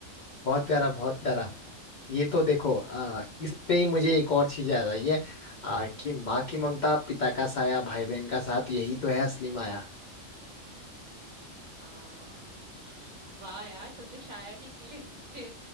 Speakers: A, on the left (about 65°); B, on the right (about 40°).
A: बहुत प्यारा बहुत प्यारा ये तो देखो आ, इस पे ही मुझे एक और चीज याद आई है आ, कि माँ की ममता पिता का साया भाई बहन का साथ यही तो है असली माया
B: हाँ वाह यार तुम तो शायर निकले <laughs>